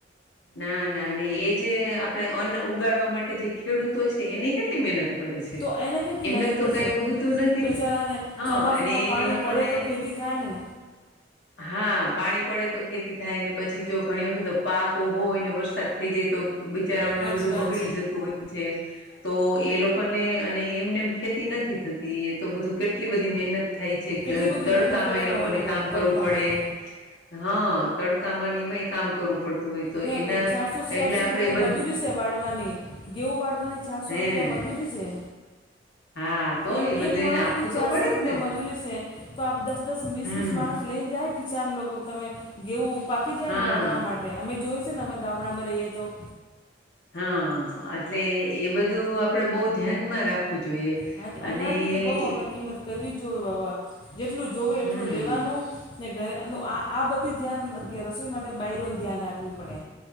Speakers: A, on the left; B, on the left.
A: ના ના એ જે આપડ અન્ન ઉગાડવા માટે જે ખેડૂતો છે એની કેટલી મહેનત પડે છે
B: તો એને કેટલી
A: એમનેમ
B: મહેનત
A: તો
B: પડશે
A: કઈ ઉગતું નથી
B: બેચારાને
A: હા
B: ચોમાસાનું
A: અને એ
B: પાણી
A: લોકોને
B: પડે તો ખેતી થાય ને.
A: હા પાણી પડે તો ખેતી થાય ને પછી જો ઘણી વખત પાક કો ઈભો હોય ને વરસાદ થઈ જાય તો બિચારાઓને
B: સાચી
A: બધું
B: વાત
A: બગડી જતું હોય છે તો એ લોકોને અને એમને એમ ખેતી નથી થતી એ તો બધું કેટલી બધી મહેનત થાય છે
B: કેટલી
A: કે
B: બધી
A: તડકામાં
B: મહેનત કરતા
A: એ લોકોને
B: હોય બધા
A: કામ
B: તડકામાં
A: કરવું પડે હા તડકા માનીમાંય કામ કરવું પડતું હોય તો
B: ને
A: એના
B: પ ચારસો ચારસો
A: એટલે આપડે
B: રૂપિયા
A: બધ
B: મજૂરી છે વાળવાની ઘેઉ વાડવાની ચારસો
A: હેને
B: રૂપિયા મજૂરી છે.
A: હા તો
B: <inaudible>
A: એ બધું
B: એક માણસની
A: એને આપવું
B: ચારસો
A: તો પડે
B: રૂપિયા
A: જ ને
B: મજૂરી છે તો આપ દસ દસ વીસ
A: હમ
B: વીસ માણસ લઈને જાય કિસાન લોકો તમે ગેઉું પાકી જાય
A: હા
B: ને વાળવા માટે અમે જોઈ છે ને અમે ગામડામાં રહીએ તો
A: હા એટલે એ બધું આપડે બહુ ધ્યાનમાં રાખવું ખું જોઈએ
B: હા તે
A: અને
B: અનાજની તો બહુ આપણે
A: એ
B: કિંમત કરવી જ જોવે વાવા જેટલું જોવે એટલું
A: હમ
B: લેવાનું ને ઘરે આ આ બધી ધ્યાન કે રસોઈ માટે બાયરોનું ધ્યાન રાખવી પડે